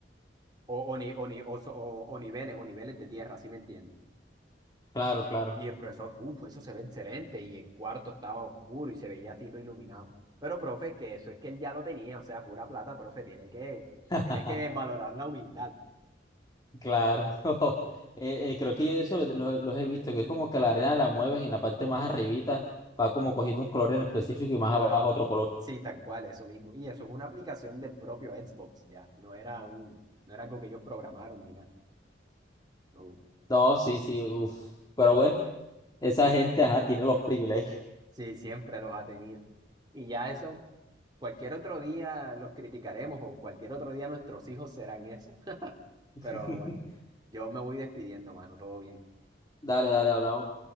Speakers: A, on the right; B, on the left.
A: o, o, o ni- o ni- o so- o- o niveles o niveles de tierra, ¿sí me entiendes?
B: claro, claro.
A: Y el profesor, uff, eso se ve excelente, y el cuarto estaba oscuro y se veía así todo iluminado. Pero, profe, que eso es que él ya lo tenía, o sea, pura plata, profe, tiene que,
B: <laughs>
A: tiene que valorar la humildad.
B: Claro, <laughs> Eh, eh, creo que yo eso lo- los he visto, que es como que la arena la mueves y en la parte más arribita va como cogiendo un color en específico y más
A: Ajá,
B: abajo otro color.
A: sí, tal cual, eso mismo. Y eso es una aplicación del propio Xbox ya, no era un, no era algo que ellos programaron ni nada. Uh,
B: No, sí, sí, uff. Pero bueno, esa gente, ajá, tiene los privilegios.
A: sí, siempre los ha tenido. Y ya eso, cualquier otro día los criticaremos o cualquier otro día nuestros hijos serán eso.
B: <laughs>
A: Pero bueno, yo me voy despidiendo, mano, todo bien.
B: Dale, dale, hablamos.